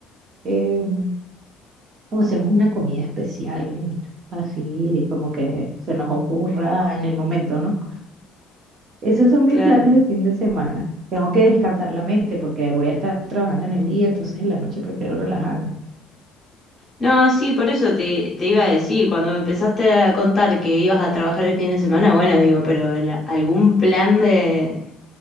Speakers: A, on the right; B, on the left.
A: eh, o hacemos una comida especial, así como que se nos ocurra en el momento, ¿no? Esos son mis
B: claro.
A: planes de fin de semana. Tengo que descansar la mente porque voy a estar trabajando en el día, entonces en la noche prefiero relajarme.
B: No, sí, por eso te, te iba a decir, cuando me empezaste a contar que ibas a trabajar el fin de semana, bueno, digo, pero en la- algún plan de,